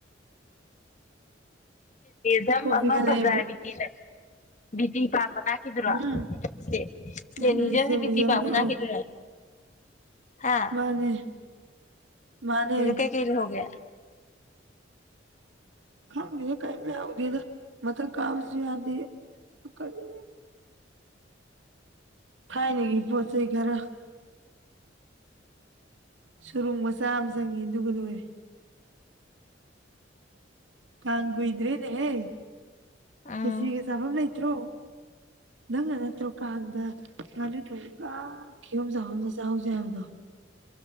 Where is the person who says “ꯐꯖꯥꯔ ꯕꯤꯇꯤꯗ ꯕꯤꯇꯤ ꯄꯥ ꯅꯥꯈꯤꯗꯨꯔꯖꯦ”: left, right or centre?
Left